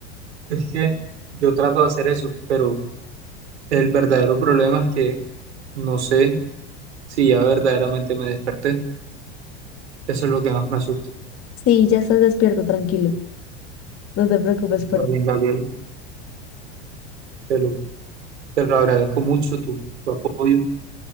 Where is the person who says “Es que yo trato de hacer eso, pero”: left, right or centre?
Right